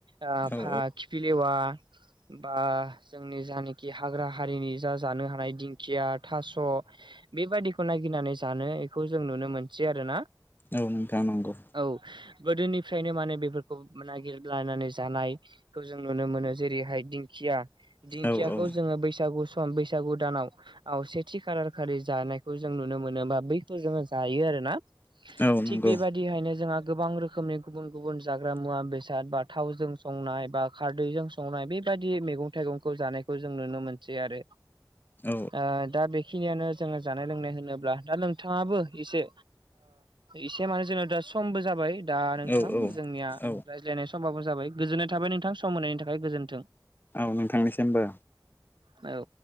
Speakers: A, on the right; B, on the left.
A: ओ
B: औ
A: खिफिलेवा बा जोंनि जानाखि हाग्रा हारिनि जा जानो हानाय दिंखिया थास' बेबादिखौ नागिरनानै जानो बेखौ जों नुनो मोनसै आरो ना।
B: औ नोंथां नंगौ
A: औ गोदोनिफ्रायनो माने बेफोरखौ नागिरलायनानै जानाय खौ जों नुनो मोनो जेरैहाय दिंखिया दिंखियाखौ
B: औ औ
A: जोङो बैसागु सम बैसागु दानाव आव सेथि खाालार खालि जानायखौ जों नुनो मोनोबा बै जायो आरोना
B: औ नंगौ
A: थि बेबादि बिदिहायनो जोंहा गोबां रोखोमनि गुबुन गुबुन जाग्रा मुवा बेसाद बा थावजों संनाय बा खारदैजों स संनाय बेबायदि मैगं थाइगंखौ जानायखौ जों नुनो मोनसै आरो
B: औ
A: ओ दा बेखिनियानो जोङो जानाय लोंनाय होनोब्ला दा नोंथाङाबो एसे एसे माने जोंना दा समबो जाबाय दा नोंथां
B: औ
A: जोंनिया
B: औ
A: रायज्लायनाय समबो जाबाय गोजोननाय थाबाय नोंथां सम होनायनि थाखाय गोजोन्थों
B: औ नोंथांनिसिमबो
A: औ